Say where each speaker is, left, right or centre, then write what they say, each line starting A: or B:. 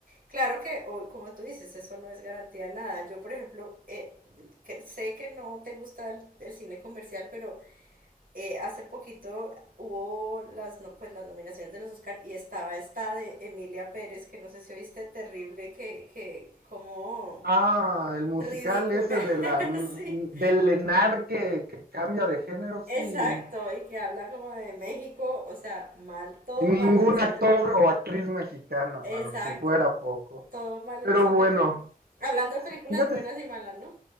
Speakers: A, on the right (about 65°); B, on the right (about 85°).
A: Claro que, o- como tú dices, eso no es garantía de nada. Yo, por ejemplo, eh, que- sé que no te gusta el, el cine comercial, pero eh, hace poquito hubo las, no, pues, las nominaciones de los Oscar y estaba esta de Emilia Pérez, que no sé si oíste, terrible, que, que como
B: Ah, el musical
A: ridícula,
B: ese de la
A: <laughs>
B: del
A: sí,
B: Lenar que, que cambia de género, sí.
A: Exacto, y que habla como de México, o sea, mal, todo
B: Y ningún
A: mal en esa
B: actor
A: película.
B: o actriz mexicana,
A: Exacto,
B: para si fuera poco.
A: todo mal
B: Pero
A: en esa
B: bueno,
A: película. Hablando de películas
B: fíjate,
A: buenas y malas, ¿no?